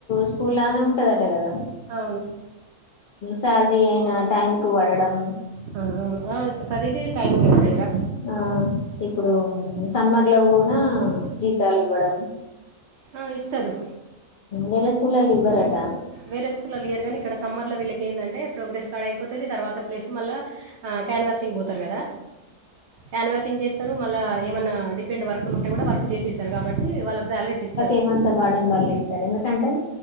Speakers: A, on the left; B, on the right.
A: స్కూల్లానే ఉంటది ఆట కదా
B: అవును
A: శాలరీ అయినా టైం కు పడడం
B: ఆ అవును ఆ ప్రదీది టైముకు ఉంటది. రా
A: ఆ ఇప్పుడు సమ్మర్ లో కూడా జీతాలు ఇవ్వడం
B: ఆ ఇస్తారు
A: వేరే స్కూల్ల్లో ఇవ్వరట
B: వేరే స్కూల్లల్ల ఇయరుగాని ఇక్కడ సమ్మర్లో వీళ్ళకి ఏంటంటే ప్రోగ్రెస్ కార్డ్ అయిపోతుంది. తర్వాత ప్లేస్ మళ్ళా క్యాన్వాసింగ్ పోతారు కదా క్యాన్వవాషింగ్ చేస్తారు మళ్ళా ఏమైన్నా డిపెంట్ వర్క్ లు ఉంటే కూడా వర్క్ చేపిస్తారు కాబట్టి వాళ్ళకి శాలరీస్ ఇస్తారు
A: ఏమంతా బాడని వాళ్ళుసారు ఎందుకంటే